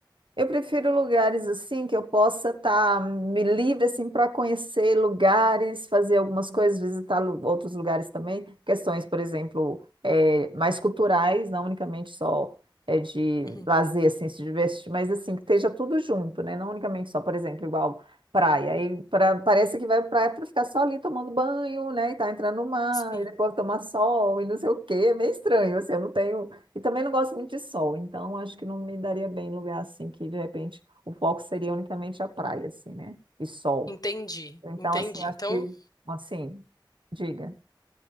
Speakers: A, on the right; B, on the left.
A: Eu prefiro lugares assim que eu possa estar me livre assim para conhecer lugares, fazer algumas coisas, visitar lu- outros lugares também. Questões, por exemplo, eh, mais culturais, não unicamente só eh, de
B: Uhum.
A: lazer, assim, se divertir, mas assim que esteja tudo junto, né? Não unicamente só, por exemplo, igual praia. Aí pra- parece que vai pra praia para ficar só ali tomando banho, né? E tá entrando no mar
B: Sim.
A: e depois tomar sol e não sei o quê. É meio estranho, assim. Eu não tenho e também não gosto muito de sol, então acho que não me daria bem em lugar assim, que de repente o foco seria unicamente a praia, assim, né? E sol.
B: Entendi,
A: Então,
B: entendi.
A: assim, acho
B: Então,
A: que, assim, diga.